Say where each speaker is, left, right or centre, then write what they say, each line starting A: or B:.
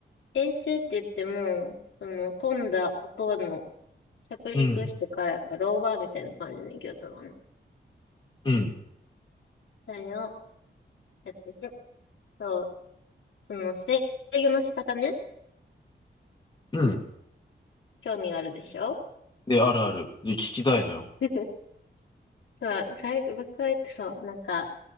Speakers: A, on the left; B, on the left.
A: 衛星って言っても、その、飛んだ後の、着陸してからやから、
B: うん、
A: ローバーみたいな感じで、けど、多分。
B: うん、
A: それをやってて、そう、その、制御の仕方ね、
B: うん。
A: 興味があるでしょ
B: で、あるある。で、聞きたいのよ。
A: <laughs> そう、最後、僕は言って、そう、なんか、